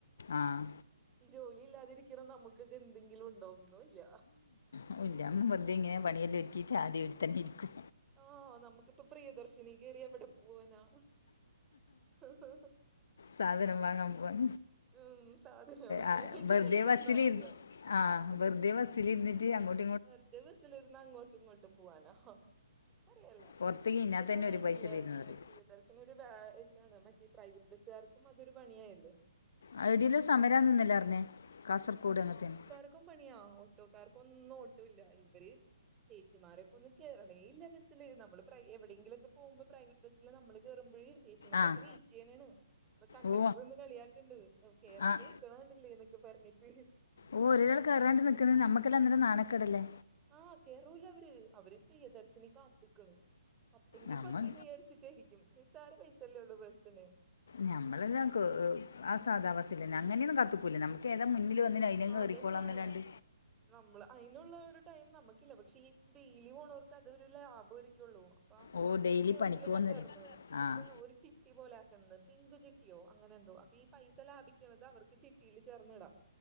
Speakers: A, on the left; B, on the right.
A: ആഹ്‌
B: ഈ ജോലി ഇല്ലാതിരിക്കണ നമുക്കൊക്കെ എന്തെങ്കിലും ഉണ്ടോ ഒന്നുല്ല
A: മോന്ദ്യാമം വറുതെ ഇങ്ങനെ പണിയെല്ലാം ഒരുക്കീട്ട് ആദ്യേ ഈട്ത്തന്നെ ഇരിക്കും
B: ആഹ്‌ നമുക്കിപ്പൊ പ്രിയദർശിനി കയറി എവിടെ പോവാനാ <unintelligible>
A: സാധനം വാങ്ങാൻ പോവാൻ
B: ഉം സാധനം വാങ്ങാനായിട്ട്
A: ആ, വെറുതെ
B: പൈസ
A: ബസ്സിൽ
B: തന്നാ മതിയാരരു ന്നു
A: ആഹ് വെറുതെ ബസ്സിലിരുന്നിട്ട് അങ്ങോട്ട്
B: വെർതെ ബസ്സിലിരുന്നു അങ്ങോട്ടും ങ്ങോട്ടും പോകാനാ അറിയല്ല
A: പുറത്തേക്ക് ഇതിനകത്ത്
B: ഇതൊന്നും
A: തന്നെ
B: വേണ്ടില്ലായിരുന്ന്
A: ഒരു പൈസ തരുന്നറിയും
B: പ്രിയ ദർശിനി ഒരു ബാ ണ് മറ്റേ പ്രൈവറ്റ് ബസ്സുകാർക്കും അതൊരു പണിയായല്ലേ
A: അടില്ല സമര നിന്നില്ലാറഞ്ഞേ കാസർകോട് അങ്ങത്തന്
B: ക്കും പണിയാ ഓട്ടോക്കാർക്കൊന്നും ഓട്ടുവില്ല ഇവര് ചേച്ചിമാരൊക്കൊന്ന് കേറണേ ഇല്ല ബസ്സില് നമ്മള് പ്രൈ എവിടെങ്കിലൊക്കെ പോകുമ്പോ പ്രൈവറ്റ് ബസ്സില് നമ്മള് കേറുമ്പഴേ ചേച്ചിമാരൊക്കെ
A: ആഹ്
B: വെയിറ്റ് ചെയ്യ്ണേണ് അപ്പ കണ്ടക്ടർ
A: ഓ
B: ഇന്ന് കളിയാക്ക്ണ്ട് കേറാണ്ട്
A: ആഹ്
B: നി ക്കണാണ്ടില്ലേ ന്നൊക്കെ പർഞ്ഞിട്ട്
A: ഓ ഒരാൾ കറാണ്ട് നിൽക്കന്ന് കണ്ട നമ്മക്കല്ലാം അന്നരം നാണക്കടല്ലേ
B: ആഹ് കേരൂല്ല അവര് അവര് പ്രിയദർശിനി കാത്ത്ക്കണ് പത്തെങ്കി
A: നമ്മൾ
B: പത്ത്ന്ന് വിചാരിച്ചിട്ടായിരിക്കും നിസ്സാര പൈസല്ലേ ഉള്ളൂ ബസ്സിന്‌
A: നഞമ്മളെല്ലാ ആ സാധാ ബസ്സിലന്നെ അങ്ങനെയൊന്നും കാത്ത്ക്കൂല നമ്മ ഏതാ മുന്നില് വന്നന് അയിനങ്‌
B: ആ
A: കേറിക്കോളാംന്നല്ലാണ്ട്
B: അതന്നെ നമ്മള് അയിനുള്ള ഒരു ടൈം നമുക്കില്ല പക്ഷെ ഈ ഡെയിലി പോണർക്ക് അതൊരു ലാഭം ആരിക്കുള്ളൂ അപ്പ
A: ഓ ഡെയിലി
B: ഇപ്പൊ ന്യൂസില്
A: പണിക്ക് പോന്നവര്
B: കണ്ടന്ന് ഇതിപ്പോ
A: ആഹ്
B: ഒരു ച ചിട്ടി പോലാക്കന്ന് പിങ്ക് ചിട്ട്യോ അങ്ങനെ എന്തോ അപ്പൊ ഈ പൈസ ലാഭിക്ക്ണത് അവർക്ക് ചിട്ടിയിൽ ചേർന്നിടാ